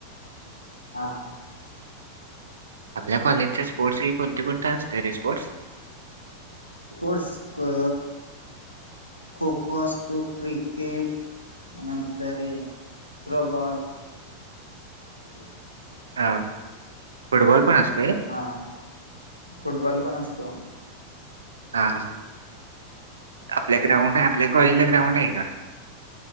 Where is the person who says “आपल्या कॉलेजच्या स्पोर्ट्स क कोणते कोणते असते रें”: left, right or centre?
Right